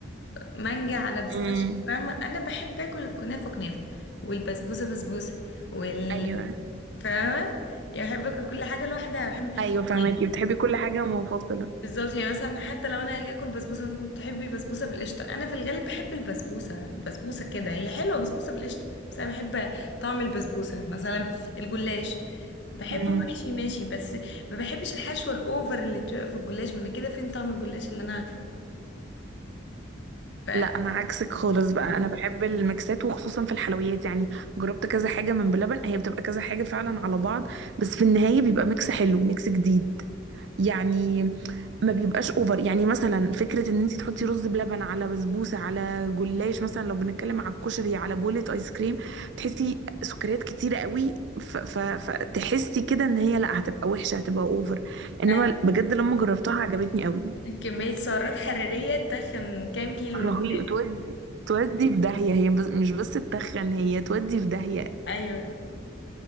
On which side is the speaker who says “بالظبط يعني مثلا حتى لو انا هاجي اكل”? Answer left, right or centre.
Left